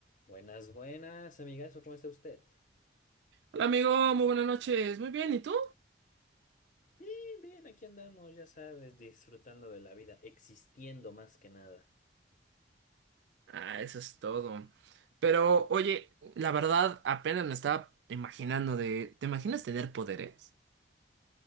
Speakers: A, on the left (about 45°); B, on the right (about 70°).
A: Buenas, buenas, amigazo, ¿cómo está usted?
B: Hola amigo, muy buenas noches. Muy bien, ¿y tú?
A: Bien, bien, aquí andamos, ya sabes, disfrutando de la vida, existiendo más que nada.
B: Ah, eso es todo. Pero oye, la verdad apenas me estaba imaginando de... ¿Te imaginas tener poderes?